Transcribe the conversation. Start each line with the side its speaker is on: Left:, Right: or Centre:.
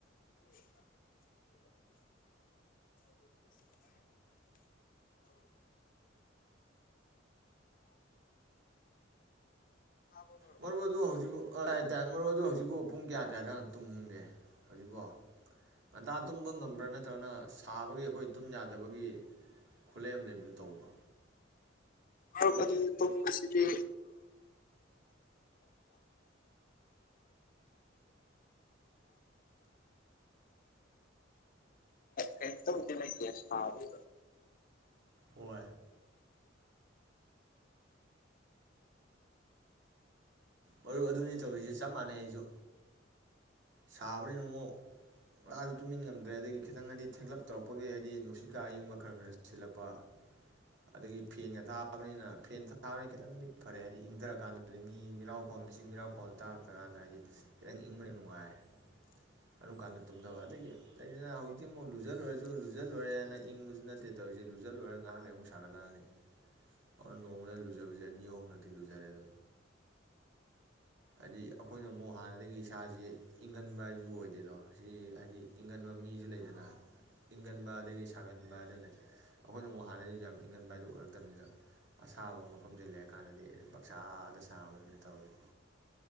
Right: ꯃꯔꯨꯞ ꯑꯗꯨ ꯍꯧꯖꯤꯄꯨ ꯄꯨꯡ ꯀꯌꯥ ꯀꯌꯥꯗꯪ ꯇꯨꯝꯒꯦ ꯍꯧꯖꯤꯛꯄꯣ ꯉꯟꯇꯥ ꯇꯨꯝꯕ ꯉꯝꯕ꯭ꯔꯥ ꯅꯠꯇ꯭ꯔꯒꯅ ꯁꯥꯕꯒꯤ ꯑꯩꯈꯣꯏ ꯇꯨꯝ ꯌꯥꯗꯕꯒꯤ ꯈꯨꯠꯂꯩ ꯑꯃ ꯂꯩꯕꯗꯨ ꯇꯧꯕ꯭ꯔꯣ
Left: ꯑꯁ ꯑꯗꯨꯗꯤ ꯇꯨꯝꯕꯁꯤꯗꯤ ꯀꯩꯝꯇꯕꯨꯗꯤ ꯂꯩꯇꯦ ꯁꯥꯕꯒꯤ
Right: ꯑꯣ ꯃꯔꯨꯞ ꯑꯗꯨꯅꯤ ꯇꯧꯔꯤꯁꯤ ꯆꯞ ꯃꯥꯟꯅꯩ ꯑꯩꯁꯨ ꯁꯥꯕꯅꯤꯅ ꯑꯃꯨꯛ ꯉꯥꯟꯇꯁꯨ ꯇꯨꯝꯖꯤꯟ ꯉꯝꯗ꯭ꯔꯦ ꯑꯗꯒꯤ ꯈꯤꯇꯪ ꯍꯥꯏꯗꯤ ꯊꯦꯡꯂꯞ ꯇꯧꯔꯛꯄꯒꯤ ꯍꯥꯏꯗꯤ ꯅꯨꯡꯁꯤꯠꯀꯥ ꯑꯌꯤꯡꯕ ꯈꯔ ꯈꯔ ꯁꯤꯜꯂꯛꯄ ꯑꯗꯒꯤ ꯐꯦꯟꯒ ꯊꯥꯕꯅꯤꯅ ꯐꯦꯟꯒ ꯊꯥꯕꯅꯤꯅ ꯈꯤꯇꯪꯗꯤ ꯐꯔꯦ ꯍꯥꯏꯗꯤ ꯏꯪꯊꯔꯀꯥꯟꯗꯗꯤ ꯃꯤ ꯃꯤꯔꯥꯎ ꯈꯣꯟ ꯃꯆꯤꯛ ꯃꯤꯔꯥꯎꯈꯣꯟ ꯇꯥꯔꯛꯇ꯭ꯔꯀꯥꯟꯗ ꯍꯥꯏꯗꯤ ꯈꯤꯇꯪ ꯏꯪꯕꯅ ꯅꯨꯡꯉꯥꯏꯔꯦ ꯑꯗꯨꯝ ꯀꯥꯟꯗ ꯇꯨꯝꯗꯕ ꯑꯗꯒꯤ ꯂꯩꯗꯅ ꯍꯧꯖꯤꯛꯇꯤ ꯑꯃꯨꯛ ꯂꯨꯖ ꯂꯣꯏꯔꯁꯨ ꯂꯨꯖ ꯂꯣꯏꯔꯦ ꯍꯥꯏꯅ ꯏꯪꯕꯁꯨ ꯅꯠꯇꯦ ꯇꯧꯔꯤꯁꯦ ꯂꯨꯖ ꯂꯣꯏꯔ ꯉꯥꯏꯍꯥꯛ ꯂꯩ ꯑꯃꯨꯛ ꯁꯥꯒꯠꯂꯛꯑꯅꯤ ꯑꯣꯔ ꯅꯣꯡꯃꯗ ꯂꯨꯖꯕꯁꯦ ꯑꯅꯤ ꯑꯍꯨꯝꯂꯛꯇꯤ ꯂꯨꯖꯔꯦ ꯑꯗꯨꯝ ꯍꯥꯏꯗꯤ ꯑꯩꯈꯣꯏꯅ ꯑꯃꯨꯛ ꯍꯥꯟꯅꯗꯒꯤ ꯏꯁꯥꯁꯤ ꯏꯪꯒꯟꯕ ꯍꯥꯏꯁꯨ ꯑꯣꯏꯗꯦꯗꯣ ꯁꯤ ꯍꯥꯏꯗꯤ ꯏꯪꯒꯟꯕ ꯃꯤꯁꯨ ꯂꯩꯗꯅ ꯏꯪꯒꯟꯕ ꯑꯗꯒꯤ ꯁꯥꯒꯟꯕ ꯍꯥꯏꯗꯅ ꯂꯩ ꯑꯩꯈꯣꯏꯅ ꯑꯃꯨꯛ ꯍꯥꯟꯅꯗꯒꯤꯁꯨ ꯌꯥꯝ ꯏꯪꯒꯟꯕ ꯍꯥꯏꯗꯨ ꯑꯣꯏꯔꯛꯇꯕꯅꯤꯅ ꯑꯁꯥꯕ ꯃꯐꯝꯗ ꯂꯩꯔꯀꯥꯟꯗꯗꯤ ꯄꯪꯁꯥꯗ ꯁꯥꯕꯗꯨꯅꯤ ꯇꯧꯔꯤꯖꯦ